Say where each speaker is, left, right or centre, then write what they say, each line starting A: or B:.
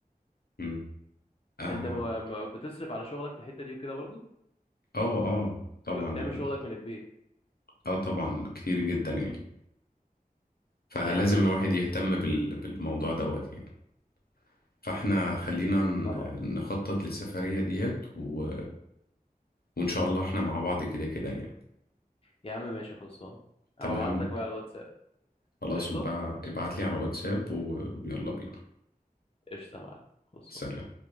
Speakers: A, on the left (about 75°); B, on the left (about 35°).
A: مم. آه
B: انت م- م- بتصرف على شغلك في الحتة دي وكده برضو
A: آه آه طبعا
B: بتعمل
A: يعني
B: شغلك من البيت
A: آه طبعا كتير جدا يعني فلازم
B: يا عم ماشي
A: الواحد يهتم بال... بالموضوع دوت يعني فاحنا خلينا ن-
B: طبعا
A: نخطط للسفرية ديت و... وإن شاء الله احنا مع بعض كده كده يعني
B: يا عم ماشي خلصان هبقى
A: تمام
B: ابعت لك بقى على الواتساب
A: خلاص
B: قشطه
A: وبقى ابعت لي على واتساب و... ويلا بينا
B: قشطه يا معلم خلصان
A: سلام